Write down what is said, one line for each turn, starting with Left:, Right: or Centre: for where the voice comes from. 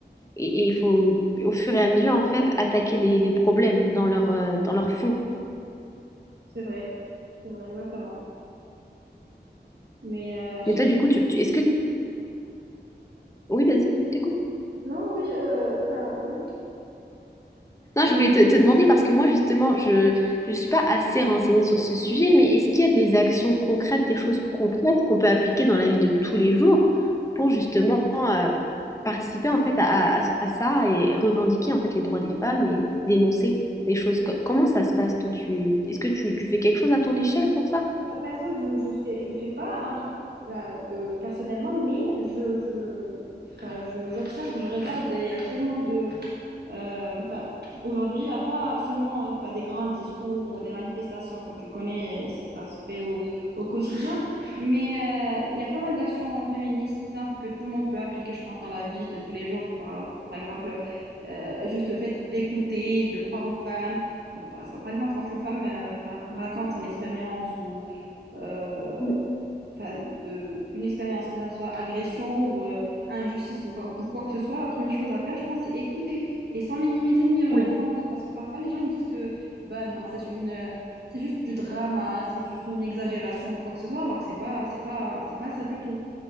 Left: et, et il faut, au fur et à mesure, en fait, attaquer les, les problèmes dans leur, euh, dans leur fond.
Right: c'est vrai, c'est vrai, exactement. Mais euh, je-
Left: Mais toi, du coup, tu, tu- est-ce que... Oui, vas-y, je t'écoute.
Right: non, oui, euh, enfin, oui.
Left: Non, je voulais te, te demander parce que moi, justement, je ne suis pas assez renseignée sur ce sujet, mais est-ce qu'il y a des actions concrètes, des choses concrètes qu'on peut appliquer dans la vie de tous les jours pour justement euh, participer en fait à, à- à ça et revendiquer en fait les droits des femmes et dénoncer des choses? Co- Comment ça se passe, toi, tu, est-ce que tu, tu fais quelque chose à ton échelle pour ça?
Right: Personne, je, je fais, je fais pas un truc enfin, euh, personnellement, mais je, je, enfin, je- j'observe, je regarde, il y a tellement de, Euh, enfin, aujourd'hui, il n'y a pas seulement euh, enfin, des grands discours ou des manifestations, comme tu connais, ça, ça se fait au, au quotidien, mais euh, il y a pas mal d'actions féministes simples que tout le monde peut appliquer, je pense, dans la vie de tous les jours. Par, par exemple, euh, juste le fait d'écouter, de croire aux femmes. Que- Par par exemple, quand une femme euh, enfin, raconte son expérience ou euh,
Left: Mm,
Right: enfin, de, une expérience, que ça soit agression ou euh, injustice ou quoi, ou quoi que ce soit, la première chose à faire, je pense, c'est écouter et sans minimiser ni remettre
Left: Oui,
Right: en doute. Parce que parfois, les gens, ils disent que, bah non, c'est une, euh, c'est juste du drama, c'est juste une exagération ou quoi que ce soit, alors que c'est pas, c'est pas, c'est pas ça du tout.